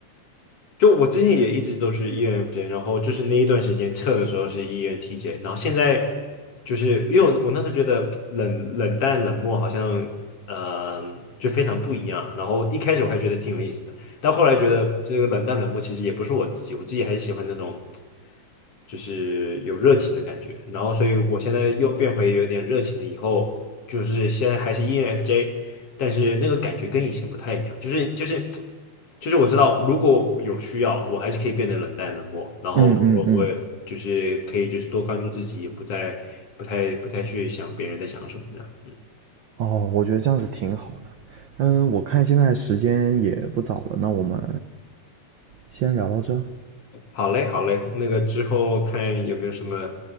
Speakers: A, on the left; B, on the right.
A: 就我之前也一直都是 ENFJ，然后就是那一段时间测的时候是 ENTJ，然后现在就是因为我我那时候觉得冷冷淡冷漠好像呃就非常不一样，然后一开始我还觉得挺有意思的，但后来觉得这个冷淡冷漠其实也不是我自己，我自己还是喜欢那种就是有热情的感觉，然后所以我现在又变回有点热情了，以后就是现在还是 ENFJ，但是那个感觉跟以前不太一样，就是就是就是我知道，如果有需要，我还是可以变得冷淡冷漠，然后我我也就是可以就是多关注自己，
B: 嗯嗯嗯，
A: 也不再不太不太去想别人在想什么这样。嗯
B: 哦，我觉得这样子挺好的。嗯，
A: 嗯
B: 我看现在时间也不早了，那我们先聊到这，
A: 好嘞，好嘞，那个之后看有没有什么